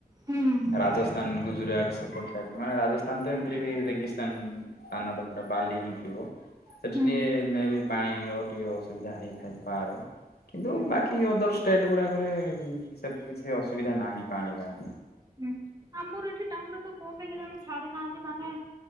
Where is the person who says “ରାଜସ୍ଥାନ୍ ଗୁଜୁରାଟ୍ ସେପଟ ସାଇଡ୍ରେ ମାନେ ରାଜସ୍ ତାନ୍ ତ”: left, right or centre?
Left